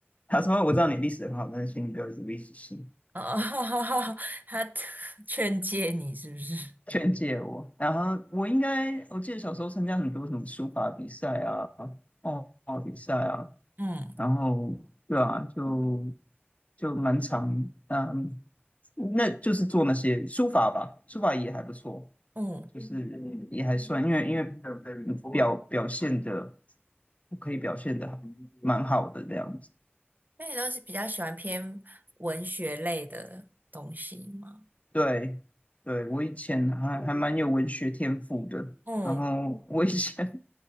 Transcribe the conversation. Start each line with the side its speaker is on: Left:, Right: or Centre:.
Left: 他说：“我知道你历史很好，但是请你不要读历史系。”
Right: 哦，<laughs> 他劝诫你是不是？
Left: 劝诫我，然后我应该，我记得小时候参加很多什么书法比赛啊、画画比赛啊，
Right: 嗯
Left: 然后对啊，就就蛮长，嗯，那就是做那些书法吧，书法也还不错，
Right: 嗯，
Left: 就是也还算，因为因为表表现的可以表现的蛮好的这样子，
Right: 那你都是比较喜欢偏文学类的东西吗？
Left: 对对，我以前还还蛮有文学天赋的，
Right: 嗯
Left: 然后我以前